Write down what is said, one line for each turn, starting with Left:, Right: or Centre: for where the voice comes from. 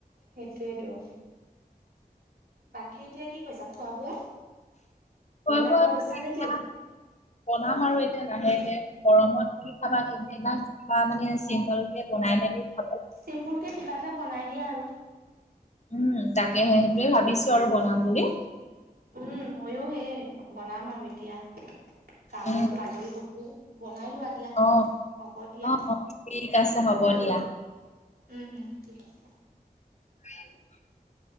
Right: সেইটোৱে তো। বাকী এতিয়া কি কৰিছা খোৱা বোৱা
Left: খোৱা
Right: বনাব
Left: বোৱা
Right: লৈছা নেকি?
Left: বনাম আৰু লাহেকে গৰমত কি খাবা কিমান বিলাক কিবা মানে চিম্পল বনাই মেলি খোৱা
Right: চিম্পুলকে কিবা এটা বনাই দিয়া আৰু।
Left: উম তাকেহে সেইটোয়ে ভাবিছো আৰু বনাম বুলি।
Right: উম ময়ো সেই বনাম আৰু এতিয়া কাম
Left: উম
Right: বনটো আজৰি হলোৱে বনাই লোৱা দিয়া
Left: অ
Right: হ'ব দিয়া
Left: অ ঠিক আছে হ'ব দিয়া।
Right: উম উম ঠিক আছে।
Left: উ <unintelligible>